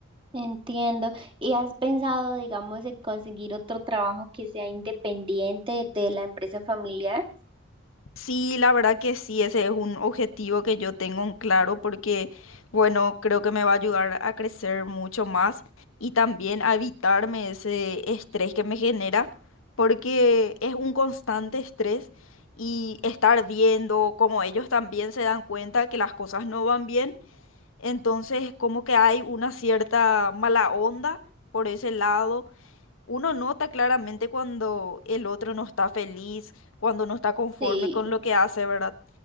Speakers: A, on the right; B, on the left.
A: entiendo. ¿Y has pensado, digamos, en conseguir otro trabajo que sea independiente de la empresa familiar?
B: Sí, la verdad que sí, ese es un objetivo que yo tengo en claro porque, bueno, creo que me va a ayudar a crecer mucho más y también a evitarme ese estrés que me genera porque es un constante estrés y estar viendo como ellos también se dan cuenta que las cosas no van bien, entonces como que hay una cierta mala onda por ese lado uno nota claramente cuando el otro no está feliz, cuando no está conforme
A: Sí.
B: con lo que hace, ¿verdad?